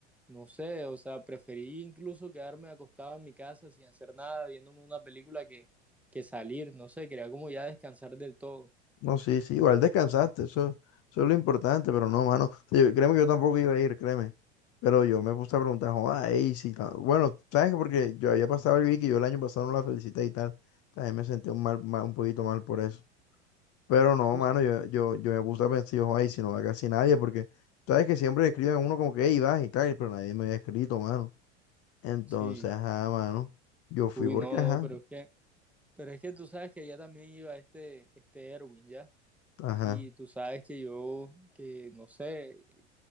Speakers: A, in the centre; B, on the left.
A: No sé, o sea, preferí incluso quedarme acostado en mi casa sin hacer nada, viéndome una película que, que salir, no sé, quería como ya descansar del todo.
B: No, sí, sí, igual descansaste, eso, eso es lo importante, pero no, mano. sí, yo- créeme que yo tampoco iba a ir, créeme. Pero yo me puse a preguntar, ay, sí, ta- bueno, ¿sabes? qué? Porque yo había pasado el Vicky, yo el año pasado no la felicité y tal. También me sentí un, mal, mal- un poquito mal por eso. Pero no,
A: Es que-
B: mano, yo, yo, yo me puse a pensar, yo, ay, si no va casi nadie, porque sabes que siempre escriben a uno como que, hey, vas y tal, pero nadie me había escrito, mano. Entonces,
A: Sí,
B: ajá, mano. Yo fui
A: uy,
B: porque,
A: no,
B: ajá,
A: no, pero es que, pero es que tú sabes que allá también iba este, este Erwin, ¿ya?
B: ajá.
A: Y tú sabes que yo, que no sé,